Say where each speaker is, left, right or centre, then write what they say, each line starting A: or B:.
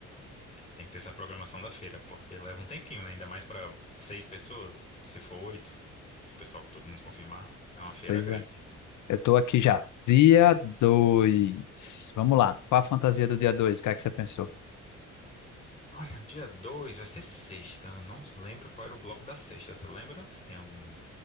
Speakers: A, on the left (about 20°); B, on the left (about 80°).
A: é, tem que ter essa programação da feira, porque leva um tempinho, né? Ainda mais para seis pessoas, se for oito, se o pessoal, todo mundo confirmar, é uma feira
B: Pois
A: grande.
B: é. Eu tô aqui já. Dia 2. Vamos lá. Qual a fantasia do dia 2? O que é que você pensou?
A: Olha, dia 2 vai ser sexta. Eu Não lembro qual era o bloco da sexta. Você lembra? Se tem algum